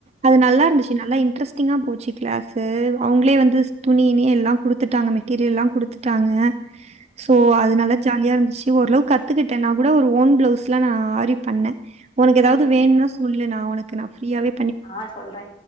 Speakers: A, on the right (about 30°); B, on the left (about 25°).
A: அது நல்லா
B: ம்
A: இருந்துச் நல்லா இன்ட்ரெஸ்டிங்கா போச்சு கிளாஸு அவுங்களே வந்து துணி கிணி எல்லா குடுத்துட்டாங்க மெட்டீரியல் எல்லா குடுத்துட் டாங்க சோ அதுனல்லா
B: ம்
A: ஜாலியா இருந்துச்சு ஓரளவுக்கு கத்துக்கிட்டே நா கூட ஒரு ஓன் பிளவுஸ்லா நா ஆரி பண்ணே ஒனக்கு ஏதாவது
B: ம்
A: வேணுன்னா
B: ம்
A: சொல்லு நா ஒனக்கு நா ப்ரீயாவே
B: ஆ சொல்றே